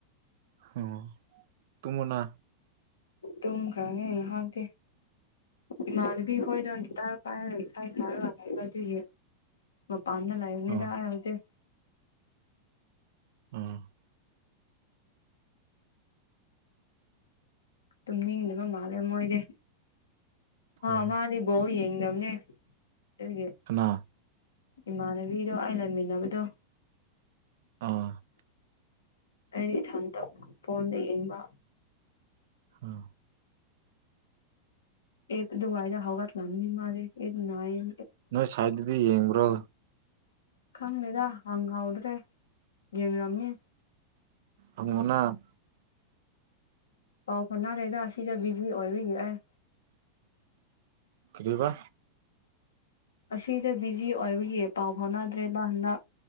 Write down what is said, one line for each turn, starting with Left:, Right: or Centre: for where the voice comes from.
Right: ꯑꯣ ꯇꯨꯝꯃꫭꯅ
Left: ꯇꯨꯝꯈ꯭ꯔꯒꯦ ꯉꯍꯥꯛꯇꯤ ꯏꯃꯥꯟꯅꯕꯤ ꯈꯣꯏꯗꫭ ꯒꯤꯇꫪ ꯄꯥꯏꯔ ꯏꯁꯩ ꯁꯛꯔ ꯂꯩꯕ ꯑꯗꯨꯒꯤꯅꯦ ꯃꯄꯥꯟꯗ ꯂꯩꯕꯅꯤꯗ
Right: ꯎꯝ
Left: ꯑꯩ ꯍꯨꯖꯤꯛ
Right: ꯎꯝ
Left: ꯇꯨꯝꯅꯤꯡꯗꯕ ꯃꯥꯜꯂꯦ ꯃꯣꯏꯗꯤ ꯑ
Right: ꯎꯝ
Left: ꯃꯥꯗꯤ ꯕꯧ ꯌꯦꯡꯗꯕꯅꯦ ꯑꯗꯨꯒꯤ
Right: ꯀꯅꯥ
Left: ꯏꯃꯥꯟꯅꯕꯤꯗꯣ ꯑꯩ ꯂꯩꯃꯤꯟꯅꯕꯗꯣ
Right: ꯑ
Left: ꯑꯩꯗꯤ ꯏꯊꯟꯇ ꯐꯣꯟꯗ ꯌꯦꯡꯕ
Right: ꯑ
Left: ꯑꯦ ꯋꯥꯏꯗ ꯍꯧꯒ ꯂꯃꯤ ꯃꯥꯦꯅꯏ
Right: ꯅꯣꯏ ꯁꯥꯏꯠꯇꯗꯤ ꯌꯦꯡꯕ꯭ꯔꯣ
Left: ꯈꯪꯗꯦꯗ ꯍꯪꯍꯧꯗꯔ꯭ꯦ ꯌꯦꯡꯔꯝꯅꯤ
Right: ꯑꯅꯥ <unintelligible>
Left: ꯄꯥꯎ ꯐꯥꯎꯅꯥꯗꯦꯗꯥ ꯁꯤꯗ ꯕꯤꯖꯤ ꯑꯣꯏꯕꯒꯤ ꯑꯩ
Right: ꯀꯕꯥ
Left: ꯑꯁꯤꯗ ꯕꯤꯖꯤ ꯑꯣꯏꯕꯒꯤ ꯄꯥꯎ ꯐꯥꯎꯅꯗ꯭ꯔꯦꯕ ꯍꯟꯗꯛ